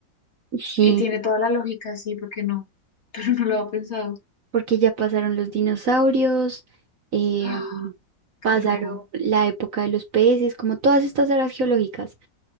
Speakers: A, on the right; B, on the left.
A: Sí,
B: Y tiene toda la lógica, sí, porque no? <laughs> Pero no lo había pensado.
A: porque ya pasaron los dinosaurios, eh,
B: ¡Ah! ¡Qué
A: pasaron
B: loco!
A: la época de los peces, como todas estas eras geológicas.